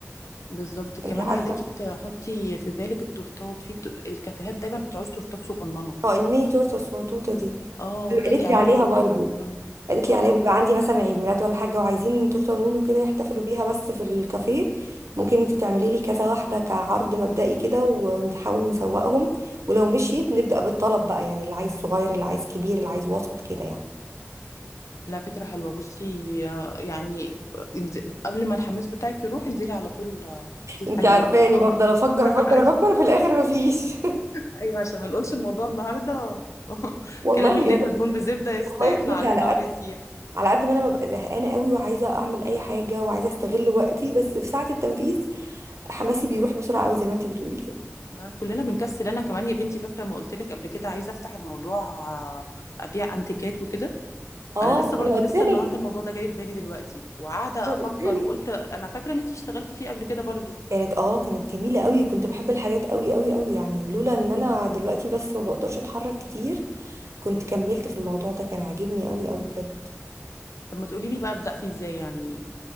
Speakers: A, on the left (about 85°); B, on the right (about 75°).
A: بالظبط كمان
B: انت عارفة
A: عايزاكي تحطي في بالك التورتات في ت- الكافيهات دايما بتعوز تورتات صغننه
B: اه الميني تورته الصغنطوطة دي
A: اه
B: قالت
A: هاتي اعملي
B: لي عليها
A: تورتات
B: برضو
A: صغننه
B: قالت لي
A: اه
B: عليها بيبقى عندي مثلا عيد ميلاد ولا حاجة وعايزين تورته نونو كده يحتفلوا بيها بس في الكافيه ممكن انت تعملي لي كذا واحدة كعرض مبدئي كده ونحاول نسوقهم ولو مشيت نبدأ بالطلب بقى يعني اللي عايز صغير اللي عايز كبير اللي عايز وسط كده يعني
A: لا فكره حلوه بصي آه، يعني انز- قبل ما الحماس بتاعك يروح انزلي على طول آه، هاتي
B: انت
A: حاجه
B: عارفاني
A: بكره اه
B: بفضل افكر
A: <laughs>
B: افكر
A: ايوه
B: افكر في الاخر مفيش <laughs>
A: ايوه عشان ما نقولش الموضوع النهارده <laughs>
B: والله
A: كلام الليل مدهون بزبده يس-
B: والله
A: يطلع
B: بجد
A: عليه
B: على
A: النهار
B: قد
A: يسيح
B: على قد ما انا ببقى زهقانه قوي وعايزه اعمل اي حاجه وعايزه استغل وقتي بس في ساعه التنفيذ حماسي بيروح بسرعه قوي زي ما انت بتقولي كده
A: ما كلنا بنكسل انا كمان يا بنتي فاكره ما قلت لك قبل كده عايزه افتح الموضوع آه، ابيع انتيكات وكده
B: اه
A: انا لسه برضو
B: انا قلت
A: لسه
B: لك
A: النهارده الموضوع ده جاي في بالي دلوقتي وقاعده
B: انا
A: افكر
B: قلت لك
A: وقلت انا فاكره ان انتي اشتغلتي فيه قبل كده برضو
B: كانت اه كانت جميله قوي كنت بحب الحاجات قوي قوي قوي يعني لولا ان انا دلوقتي بس ما بقدرش اتحرك كتير كنت كملت في الموضوع ده كان عاجبني قوي قوي بجد
A: طب ما تقولي لي بقى ابدا فيه ازاي يعني